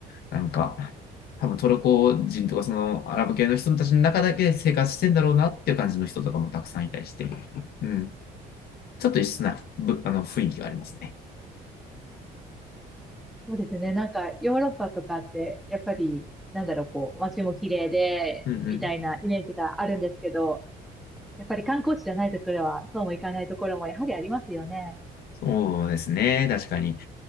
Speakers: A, on the left; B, in the centre.
A: なんか、多分トルコ人とかそのアラブ系の人たちの中だけ生活してんだろうなっていう感じの人とかもたくさんいたりして、うん。ちょっと異質なぶあの雰囲気がありますね。
B: そうですね。なんか、ヨーロッパとかって、やっぱり、なんだろう、こう、街も綺麗で、
A: うんうん。
B: みたいなイメージがあるんですけど、やっぱり観光地じゃないところは、そうもいかないところもやはりありますよね。
A: そうですね。確かに。